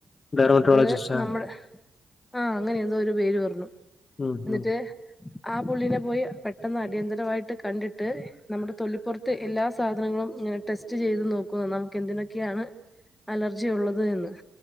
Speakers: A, on the left (about 45°); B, on the left (about 20°).
A: ഡെർമറ്റോളജിസ്റ്റാ
B: അത് നമ്മുടെ ആഹ് അങ്ങനെ എന്തോ ഒരു പേര് പറഞ്ഞു.
A: ഉം ഹ
B: എന്നിട്ട് ആ പുള്ളീനെ പോയി പെട്ടെന്ന് അടിയന്തരമായിട്ട് കണ്ടിട്ട് നമ്മുടെ തൊലിപ്പുറത്തെ എല്ലാ സാധനങ്ങളും ടെസ്റ്റ് ചെയ്ത് നോക്ക നമുക്ക് എന്തിനൊക്കെയാണ് അലർജി ഉള്ളത് എന്ന്.